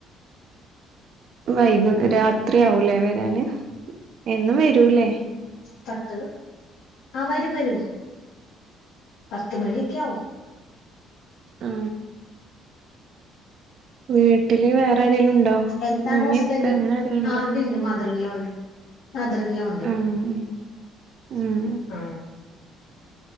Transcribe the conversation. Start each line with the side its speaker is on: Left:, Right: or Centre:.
Right: വൈകും രാത്രിയാവൂലേ വരാന് എന്നും വരൂലേ
Left: പത്ത് ആ വരും വരും പത്ത് മണിക്കെയാവും
Right: ആ ആ വീട്ടില് വേറെ ആരെങ്കിലും ഉണ്ടോ
Left: എന്താണ്
Right: ഉമ്മീ
Left: ഹസ്ബൻഡിന്
Right: ഇപ്പ അങ്ങനെ ആരെങ്കിലുണ്ടോ
Left: ആ അവിടെ ഉണ്ട് മദർ ലോ ണ്ട് മദർ ഇൻ ലോ ഇണ്ട്
Right: ആഹ് ഉം
Left: ആ